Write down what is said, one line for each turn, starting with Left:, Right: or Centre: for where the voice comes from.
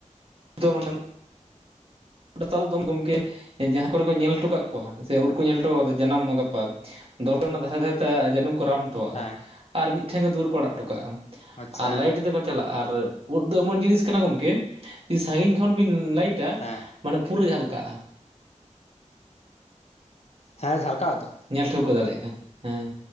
Right: ᱫᱚ ᱢᱟᱱᱮ ᱚ ᱥᱟᱶ ᱫᱚᱢ ᱜᱚᱢᱠᱮ ᱡᱟᱦᱟᱸ ᱠᱚᱨᱮ ᱠᱚ ᱧᱮᱞ ᱦᱚᱴᱚ ᱠᱟᱜ ᱠᱚᱣᱟ ᱥᱮ ᱩᱫ ᱠᱚ ᱧᱮᱞ ᱦᱚᱴᱚ ᱠᱟᱫᱟ ᱡᱟᱱᱟᱢᱚᱜ ᱜᱟᱯᱟ ᱫᱚᱨᱠᱟᱨ ᱚᱱᱟ ᱫᱷᱟᱨᱮ ᱫᱷᱟᱨᱮ ᱛᱮ ᱡᱟᱹᱱᱩᱢ ᱠᱚ ᱨᱟᱢ ᱦᱚᱴᱚᱣᱟᱜ-ᱟ
Left: ᱦᱮᱸ
Right: ᱟᱨ ᱢᱤᱫᱴᱷᱮᱱ ᱜᱮ ᱫᱩᱭᱟᱹᱨ ᱠᱚ ᱟᱲᱟᱜ ᱦᱚᱴᱚ ᱠᱟᱜ-ᱟ
Left: ᱟᱪᱪᱷᱟ
Right: ᱟᱨ ᱞᱟᱭᱤᱴ ᱛᱮᱠᱚ ᱪᱟᱞᱟᱜᱼᱟ ᱟᱨ ᱩᱫ ᱫᱚ ᱮᱢᱚᱱ ᱡᱤᱱᱤᱥ ᱠᱟᱱᱟ ᱜᱚᱢᱠᱮ ᱥᱟᱺᱜᱤᱧ ᱠᱷᱚᱱ ᱵᱤᱱ ᱞᱟᱹᱭᱤᱴᱟ
Left: ᱦᱮᱸ
Right: ᱢᱟᱱᱮ ᱯᱩᱨᱟᱹ ᱡᱷᱟᱞᱠᱟᱜᱼᱟ
Left: ᱦᱮᱸ ᱡᱷᱟᱞᱠᱟᱣᱛᱚ
Right: ᱧᱮᱞ ᱴᱷᱟᱹᱣᱠᱟᱹ ᱫᱟᱲᱮᱭᱟᱜ ᱠᱟᱱ ᱦᱮᱸ